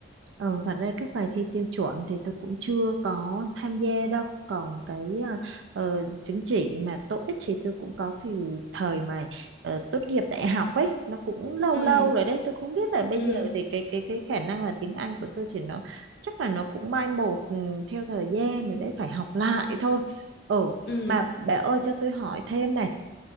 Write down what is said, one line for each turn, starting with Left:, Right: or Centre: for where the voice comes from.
Right: Ờ, thật ra các bài thi tiêu chuẩn thì tôi cũng chưa có tham gia đâu. Còn cái à, ờ, chứng chỉ mà TOEIC thì tôi cũng có thì thời mà ờ, tốt nghiệp đại học ấy nó cũng lâu
Left: ừ
Right: lâu rồi đấy. Tôi không biết là bây
Left: ừ
Right: giờ thì cái cái cái khả năng là tiếng Anh của tôi thì nó chắc là nó cũng mai một ừ, theo thời gian rồi đấy phải học lại thôi. Ừ
Left: ừ
Right: mà bà ơi cho tôi hỏi thêm này